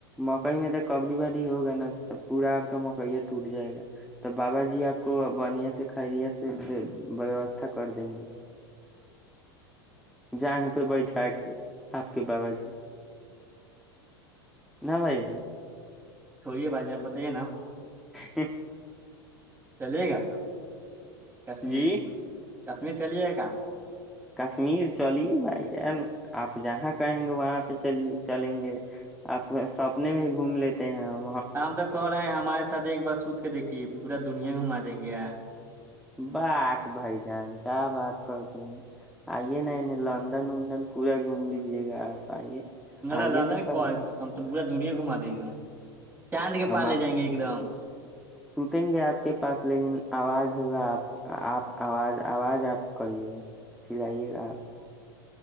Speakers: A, in the centre; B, on the right (about 20°).
A: مکئی میں تو کبڈی بڈی ہوگا نا اب پورا آپ کا مکیا ٹوٹ جائے گا تو بابا جی آپ کو بڑھیا سے خیریت سے ووستھا کر دیں گے جانگ پہ بیٹھا کے آپ کے بابا جی نہ بھائی
B: چھوڑی ہے باجی آ بتائیے نا
A: ہ <inaudible>
B: چلے گا کشمیر
A: جی
B: کشمیر چلیے کیا
A: کشمیر چلیے بھائی کیا آپ جہاں کہیں گے وہاں پہ چلیے چلیں گے آپ سوپنے میں گھوم لیتے کہ
B: ہم تو کہ رہے ہیں ہمارے ساتھ ایک بار سو کو دیکھیے پورا دنیا گھما دیں گے
A: بااک بھائی جان کیا بات کرتے ہیں آئیے ن ن لندن وندن پورا گھوم لیجیے گا آپ آئیے
B: ن ران
A: آئیے
B: نہیں
A: تو صحیح
B: کو ہے کرسام تو پورا دنیا گھما دیں گے ہم چاند کے
A: ہم
B: پار
A: آپ
B: لے جائیں گے ایک دم
A: ستیں گے آپ کے پاس لیکن آواز ہوگا آپ آپ آواز آواز آپ کریے گا سلائیے گا آپ